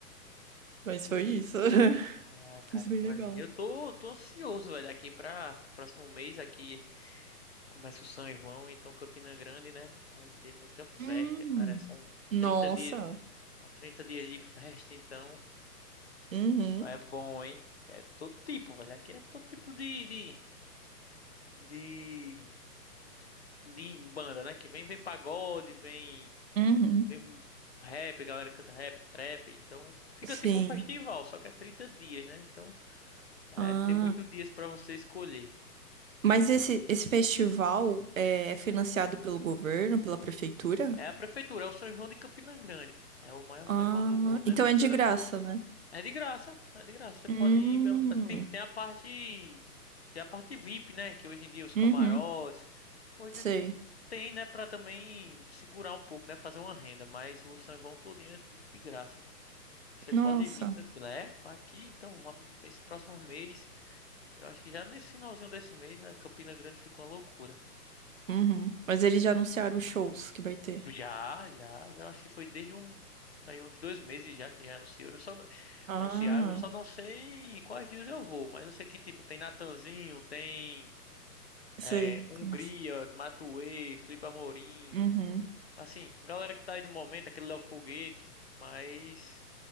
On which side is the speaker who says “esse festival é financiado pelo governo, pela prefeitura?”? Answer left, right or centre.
Right